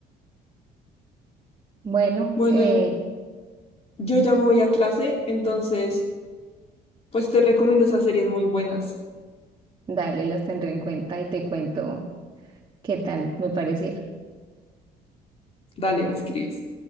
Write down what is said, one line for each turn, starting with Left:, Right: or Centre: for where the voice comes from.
Right: Bueno,
Left: Bueno,
Right: eh,
Left: yo ya me voy a clase, entonces... Pues te recomiendo esas series muy buenas.
Right: dale, las tendré en cuenta y te cuento. ¿Qué tal? Me pareció.
Left: Dale, me escribes.